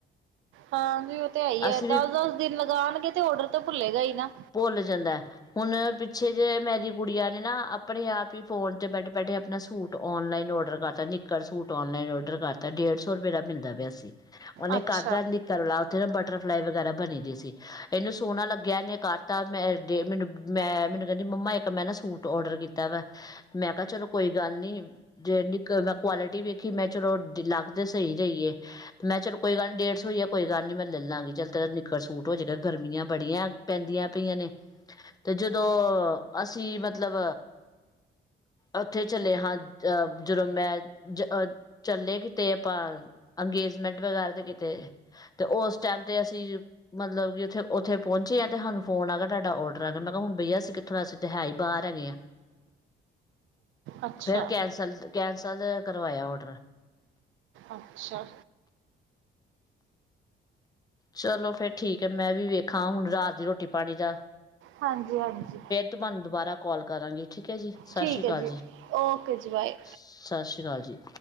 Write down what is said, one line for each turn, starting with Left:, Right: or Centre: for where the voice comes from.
Right: ਹਾਂ, ਨ‌ਈ ਓ ਤੇ ਹੈ ਹੀ ਐ
Left: ਅਸੀਂ
Right: ਦਸ-ਦਸ
Left: ਵੀ
Right: ਦਿਨ ਲਗਾਣਗੇ ਤੇ ਓਡਰ ਤਾਂ ਭੁੱਲੇਗਾ ਈ ਨਾ।
Left: ਭੁੱਲ ਜਾਂਦੈ। ਹੁਣ ਪਿੱਛੇ ਜੇ ਮੇਰੀ ਗੁਡੀਆ ਨੇ ਨਾ ਆਪਣੇ ਆਪ ਹੀ ਫੋਨ ਤੇ ਬੈਠੇ-ਬੈਠੇ ਅਪਣਾ ਸੂਟ ਔਨਲਾਈਨ ਔਡਰ ਕਰਤਾ ਨਿੱਕਰ ਸੂਟ ਔਨਲਾਈਨ ਔਡਰ ਕਰਤਾ ਡੇਢ ਸੌ ਰੁਪਏ ਦਾ ਮਿਲਦਾ ਪਿਆ ਸੀ। ਓਨੇ
Right: ਅੱਛਾ,
Left: ਘਰ ਦਿਆਂ ਦੀ ਕਰ ਲਾ ਓਤੇ ਨਾ ਬਟਰਫਲਾਈ ਵਗੈਰਾ ਬਣੇ ਦੇ ਸੀ, ਏਨੂੰ ਸੋਹਣਾ ਲੱਗਿਆ ਏਨੇ ਕਰ ਤਾ ਮੈਂ ਮੈਨੂੰ ਮੈਂ ਮੈਨੂੰ ਕਹਿੰਦੀ ਮੰਮਾ ਇੱਕ ਮੈਂ ਨਾ ਸੂਟ ਔਡਰ ਕੀਤਾ ਵਾ। ਮੈਂ ਕਿਹਾ ਚਲੋ ਕੋਈ ਗੱਲ ਨੀ, ਜੇ ਨਿਕਲ ਦਾ ਕੁਆਲਿਟੀ ਵੇਖੀ ਮੈਂ ਚਲੋ ਡਿਲ ਤੇ ਸਹੀ ਗ‌ਈਏ। ਮੈਂ ਚਲੋ ਕੋਈ ਗੱਲ ਨੀ ਡੇਢ ਸੌ ਈ ਐ ਕੋਈ ਗੱਲ ਨੀ ਮੈਂ ਦੇ ਲਾਗੀ ਚੱਲ ਤੇਰਾ ਨਿੱਕਰ ਸੂਟ ਹੋ ਜੇਗਾ ਗਰਮੀਆਂ ਬੜੀਆਂ ਪੈਂਦੀਆਂ ਪਈਆਂ ਨੇ, ਤੇ ਜਦੋਂ ਅਸੀਂ ਮਤਲਬ ਓਥੇ ਚਲੇ ਹਾਂ ਅਹ ਜਦੋਂ ਮੈਂ ਜ ਅਹ ਚੱਲੇ ਕਿਤੇ ਆਪਾਂ ਅੰਗੇਜਮੈਂਟ ਵਗੈਰਾ ਤੇ ਕਿਤੇ ਤੇ ਓਸ ਟਾਈਮ ਤੇ ਅਸੀਂ, ਮਤਲਬ ਜਿਥੇ ਓਥੇ ਪਹੁੰਚੇ ਐਡ ਹਾਨੂੰ ਫੋਨ ਆ ਗਿਆ ਤਾਡਾ ਔਡਰ ਆ ਗਿਆ, ਮੈਂ ਕਿਹਾ ਹੁਣ ਬਈਆ ਕਿਥੋਂ <unintelligible> ਅਸੀਂ ਤਾਂ ਹੈ ਈ ਬਾਰ ਹੈਗੇ ਆ।
Right: ਅੱਛਾ,
Left: ਫੇਰ ਕੈਂਸਲ, ਕੈਂਸਲ ਕਰਵਾਇਆ ਔਡਰ।
Right: ਅੱਛਾ।
Left: ਚਲੋ ਫੇਰ ਠੀਕ ਐ, ਮੈਂ ਵੀ ਵੇਖਾਂ ਹੁਣ ਰਾਤ ਦੀ ਰੋਟੀ-ਪਾਣੀ ਦਾ।
Right: ਹਾਂਜੀ-ਹਾਂਜੀ।
Left: ਤੁਬਾਨੂੰ ਦੁਬਾਰਾ ਕਂਲ ਕਰਾਗੀ, ਠੀਕ ਐ ਜੀ। ਸਤਿ
Right: ਠੀਕ
Left: ਸ਼੍ਰੀ ਅਕਾਲ
Right: ਐ ਜੀ, ਓਕੇ ਜੀ ਬਾਏ।
Left: ਸਤਿ ਸ਼੍ਰੀ ਕਾਲ ਜੀ।